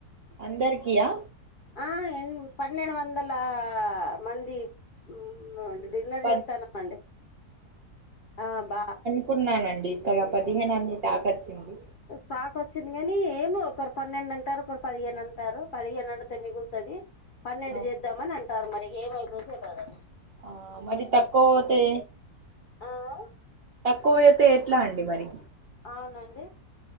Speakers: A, on the right; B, on the left.
A: అందరికి యా
B: ఆ ఎన్ పన్నెండు వందలా మంది మ్మ్ ఆ డిన్నర్
A: పద్
B: చెత్తన్నామండి ఆ బా
A: కున్నానండి ఇక్కడ పదిహేను అని టాక్ వచ్చింది.
B: టాక్ వచ్చింది గనీ ఏమో ఒకరు పన్నెండు అంటారు ఒకరు పదిహేను అంటారు పదిహేనొండుతే మిగుల్తది పన్నెండు
A: ఆ
B: చేద్దామని అంటారు మరి ఇగ ఏమైతదో తెల్వదు
A: ఆ మరి తక్కువ పోతే
B: ఆ
A: తక్కువైతే ఎట్లా అండి మరి?
B: అవునండి